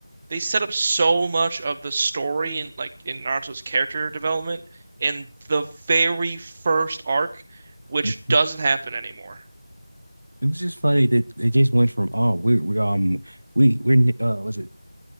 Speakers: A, on the right; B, on the right.
A: they set up so much of the story and like in Naruto's character development in the very first arc, which
B: hmm
A: doesn't happen anymore.
B: It was just funny that it just went from oh we we um we we're nin- uh was it